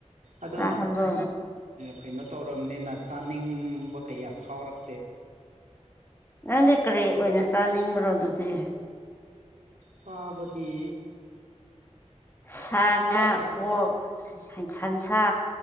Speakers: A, on the right (about 85°); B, on the left (about 20°).
A: ꯑꯗꯣ
B: ꯆꯥꯍꯜꯂꯣ
A: ꯀꯩꯅꯣ ꯇꯧ ꯅꯤꯅ ꯆꯥꯅꯤꯡꯕ ꯀꯌꯥ ꯐꯥꯎꯔꯛ
B: ꯅꯪꯗꯤ ꯀꯔꯤ ꯑꯣꯏꯅ ꯆꯥꯅꯤꯡꯕ꯭ꯔꯣ ꯑꯗꯨꯗꯤ
A: ꯆꯕꯗꯤ
B: ꯁꯥ ꯉꯥ
A: ꯌꯥꯏꯗ
B: ꯄꯣꯠ ꯁꯟꯁꯥ